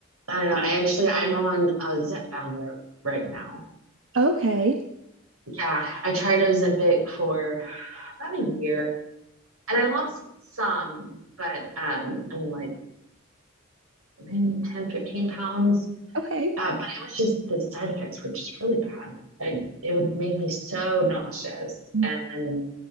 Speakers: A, on the right (about 85°); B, on the right (about 65°).
A: I don't know. I actually I'm on a Zepbound road right now.
B: Okay.
A: Yeah, I tried Ozempic for about a year and I lost some, but um I mean like maybe 10, 15 pounds.
B: Okay.
A: Uh, but it was just the side effects were just really bad. I, it would make me so nauseous
B: Do
A: and